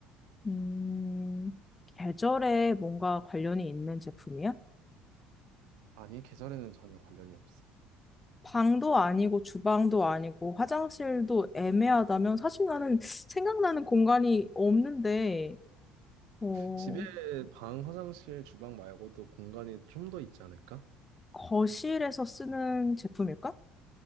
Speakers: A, on the left; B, on the right.
A: 음, 계절에 뭔가 관련이 있는 제품이야?
B: 아니, 계절에는 전혀 관련이 없어.
A: 방도 아니고 주방도 아니고 화장실도 애매하다면 사실 나는 생각나는 공간이 없는데, 어,
B: 집에 방, 화장실, 주방 말고도 공간이 좀 더 있지 않을까?
A: 거실에서 쓰는 제품일까?